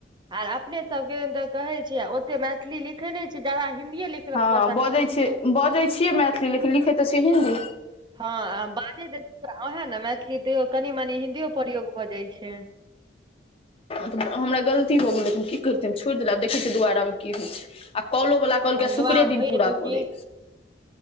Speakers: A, on the right; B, on the left.
A: आर अपने सभके तऽ कहै छियै ओते मैथिली लिख। देखे नहि छै जादा हिन्दीए लिखलक
B: हँ बजै छियै बजै छियै मैथिली ल लिखैत तऽ छियै हिन्दी।
A: हँ आ बाजै अहे ने मैथिली तै कनि मनी हिन्दियो प्रयोग भऽ जाइ छै
B: तऽ हमरा गलती भऽ गेलै की करैत छै हम छोड़ि देलक आब देखै छियै दुबारामे की होइत छै आ कलो वाला कल
A: हँ
B: के शुक्रे
A: दुआमे
B: दिन
A: भरि
B: पूरा
A: जेतौ
B: करे
A: की